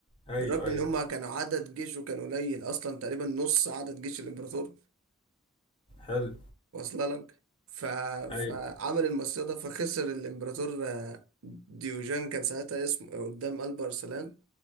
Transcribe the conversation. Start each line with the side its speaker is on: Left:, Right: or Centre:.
Left: ايوه
Right: بالرغم ان
Left: ايوه
Right: هم كانوا عدد جيشه كان قليل اصلا تقريبا نص عدد جيش الامبراطور
Left: حلو
Right: واصله لك ف...
Left: ايوه
Right: فعمل المصيدة ده فخسر الامبراطور آه، ديوجان كان ساعتها اسمه آه، قدام قلب ارسلان